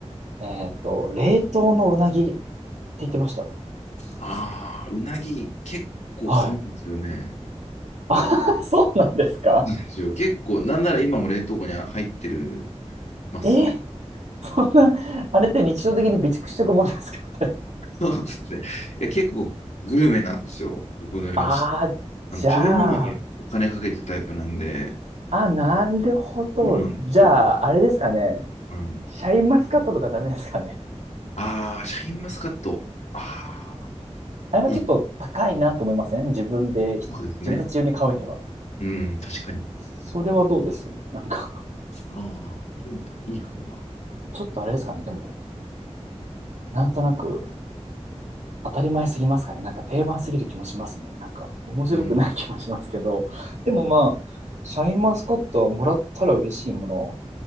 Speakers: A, on the right; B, on the left.
A: えっと、冷凍のうなぎって言ってました。
B: ああ、うなぎ結構買うんですよね。
A: はい。<laughs> そうなんですか
B: ですよ結構、なんなら今も冷凍庫には入ってるますね。
A: えそんな、あれって日常的に備蓄しとくもんですか <laughs>
B: そうですね。いや、結構グルメなんですよ、僕の両親。
A: ああ、じゃあ、
B: あの食べ物にお金かけてるタイプなんで、
A: あ、なるほど。
B: そうなんですよ。
A: じゃあ、あれですかね。
B: はい
A: シャインマスカットとかダメですかね。
B: ああ、シャインマスカット。ああ、
A: <laughs> あれはちょっと高いなと思いません自分で、
B: いいか。そうですね。
A: 自分たち用に買うには。
B: うん、確かに。
A: それはどうですなんか
B: ああ、いい、いいかもな。
A: ちょっとあれですかね。でも、なんとなく当たり前すぎますかね。なんか定番すぎる気もしますね。なんか面白くない気もしますけど。
B: うん、
A: でもまあ、シャインマスカットはもらったら嬉しいもの